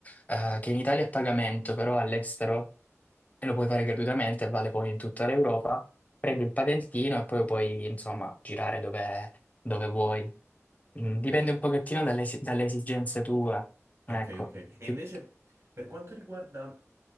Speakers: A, on the left; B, on the right.
A: eh, che in Italia è a pagamento, però all'estero lo puoi fare gratuitamente, vale poi in tutta l'Europa. Prendi il patentino e poi puoi, insomma, girare dove, dove vuoi. Mm, Dipende
B: Ok,
A: un pochettino dalle, esi- dalle esigenze tue, ecco,
B: ok, ok. E
A: più,
B: invece per quanto riguarda